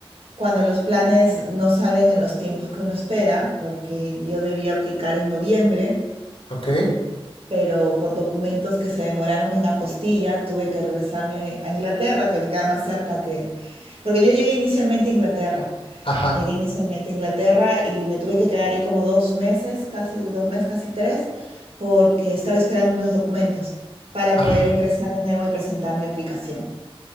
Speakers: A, on the right; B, on the left.
A: cuando los planes no salen en los tiempos que uno espera, porque yo debía aplicar en noviembre
B: ok.
A: pero por documentos que se demoraron en apostilla, tuve que regresarme a Inglaterra, que me queda más cerca que... Porque yo llegué inicialmente a Inglaterra.
B: Ajá,
A: Llegué inicialmente a Inglaterra y me tuve que quedar ahí como dos meses, casi dos meses, casi tres, porque estaba esperando unos documentos para
B: ajá.
A: poder ingresar de nuevo y presentar mi aplicación.